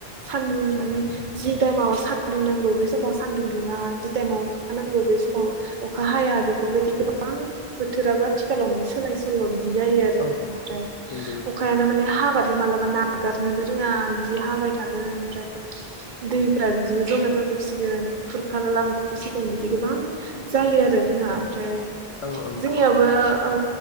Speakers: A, on the right; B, on the left.
A: सान्दुं माने जि टाइमाव सान्दुं नांगौ बे समाव सानदुं दुङा जि टाइमाव अखा नांगौ बे समाव अखा हाया बेफोरबायदि गोबां बोथोराबो आथिखालाव माने सोलाय सोल' बिदि बि जायो आरो
B: औ
A: बेनिफ्राय
B: नंगौ नंगौ
A: अखायानो मान हाबा थाय मालाबा नागारनोनो रोङा जि हाबाय थागोन ओमफ्राय दैफोरा बिदिनो जमा जा जोबसिगोन खुर खालाम लांजोबसिगोन बिदि गोबां जायो आरो जोंहा ओमफ्राय
B: औ औ
A: जोंनियाबो ओ